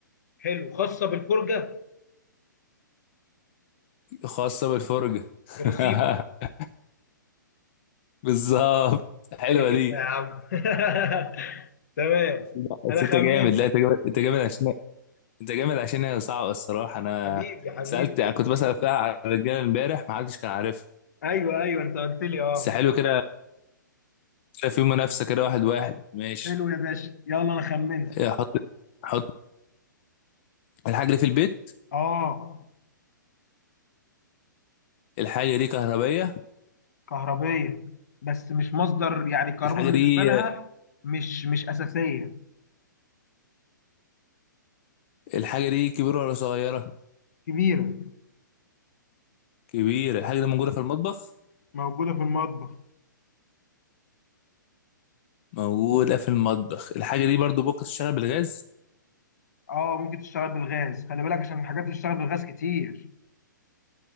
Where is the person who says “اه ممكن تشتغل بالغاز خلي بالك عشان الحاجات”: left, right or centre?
Left